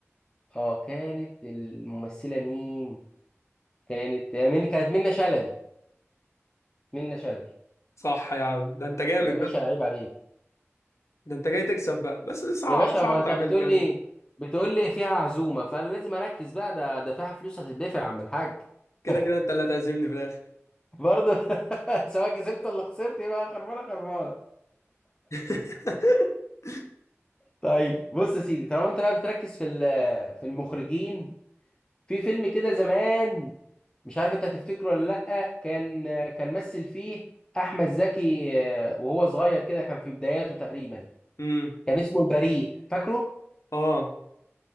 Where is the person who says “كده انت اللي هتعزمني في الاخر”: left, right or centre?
Left